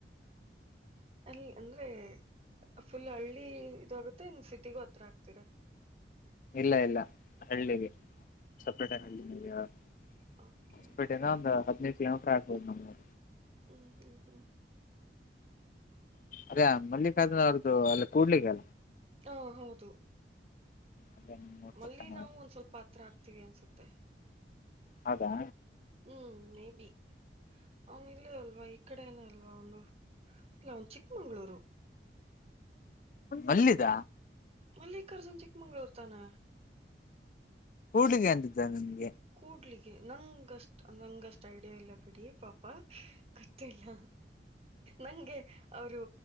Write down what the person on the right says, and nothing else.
ಅಲ್ಲಿ ಅಂದ್ರೆ ಫುಲ್ ಹಳ್ಳಿ ಇದಾಗುತ್ತೆ ಇನ್ ಸಿಟಿಗ ಹತ್ರ ಆಗ್ತೀರ
ಓಕೆ ಓಕೆ ಓಕೆ
ಹ್ಮ್ ಹ್ಮ್ ಹ್ಮ್
ಹಾ ಹೌದು
ಮಲ್ಲಿ
ನಾವು ಒಂದ್ ಸ್ವಲ್ಪ ಹತ್ರ ಹಕ್ತೀವಿ ಅನ್ಸುತ್ತೆ
ಹ್ಮ್ ಮೇಬಿ ಅವನು ಇಲ್ಲೇ ಅಲ್ವಾ ಈ ಕಡೆನೆ ಅಲ್ವಾ ಅವ್ನ್ದು ಇಲ್ಲ ಅವನ್ ಚಿಕ್ಕಮಂಗ್ಗಳೂರು
ಮಲ್ಲಿಕರ್ಜುನ್ ಚಿಕ್ಕಮಂಗ್ಳೂರ್ ತಾನೆ
ಕೂಡ್ಲಿಗೆ ನಂಗಷ್ಟ ನಂಗಷ್ಟ್ ಐಡಿಯಾ ಇಲ್ಲ ಬಿಡಿ ಪಾಪ ಗೊತ್ತಿಲ್ಲ ನಂಗೆ ಅವರು